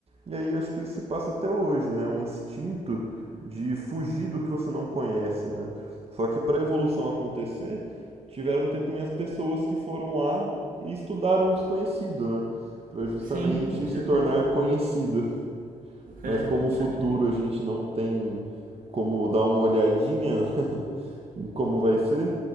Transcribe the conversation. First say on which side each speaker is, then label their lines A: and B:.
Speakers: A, on the right; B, on the right.
A: E aí acho que isso se passa até hoje, né, um instinto de fugir do que você não conhece, né. Só que para a evolução acontecer, tiveram que ter também as pessoas que foram lá e estudaram o desconhecido, né, para justamente
B: Sim, com certeza.
A: se tornar conhecido. Mas
B: É,
A: como
B: com
A: o
B: certeza.
A: futuro a gente não tem como dar uma olhadinha, <laughs> em como vai ser,